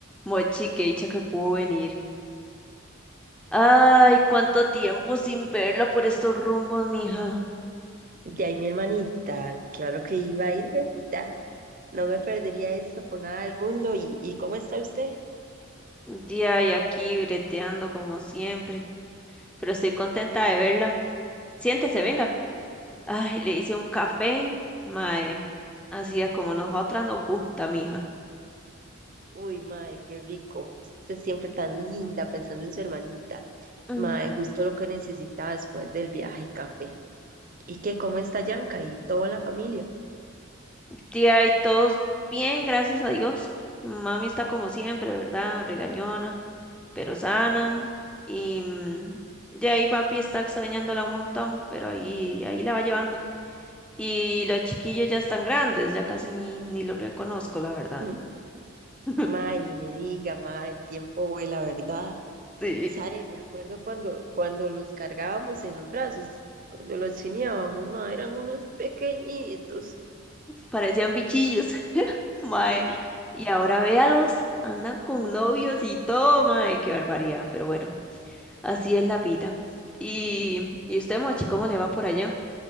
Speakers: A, in the centre; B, on the right (about 40°).
A: Mochi, qué dicha que pudo venir. Ay, cuánto tiempo sin verla por estos rumbos, mija.
B: De ahí mi hermanita, claro que iba a ir, bebita. No me perdería eso por nada del mundo. ¿Y, y cómo está usted?
A: Ya y aquí breteando como siempre. Pero estoy contenta de verla. Siéntese, venga. Ay, le hice un café. Mae, así es como nosotras nos gusta, mija.
B: Uy, mae, qué rico. Usted siempre tan linda pensando en su hermanita.
A: Mm,
B: Mae, justo lo que necesitaba después del viaje, café. ¿Y qué? ¿Cómo está Yanka y toda la familia?
A: Ya y todos bien, gracias a Dios. Mami está como siempre, ¿verdad? Regañona. pero sana. Y mm, de ahí papi está extrañándola un montón, pero ahí, ahí la va llevando. Y los chiquillos ya están grandes, ya casi ni, ni los reconozco, la verdad.
B: ¿Mm?
A: <laughs>
B: Mae, ni me diga, mae, el tiempo vuela, ¿verdad?
A: Sí,
B: ¿Sabe? Me acuerdo cuando, cuando los cargábamos en los brazos, cuando los chineábamos, mae, eran unos pequeñitos.
A: parecían bichillos, <laughs>
B: Sí,
A: mae. Y ahora véalos, andan con novios y todo, mae, qué barbaridad, pero bueno, así es la vida. Y, y usted, Mochi, ¿cómo le va por allá?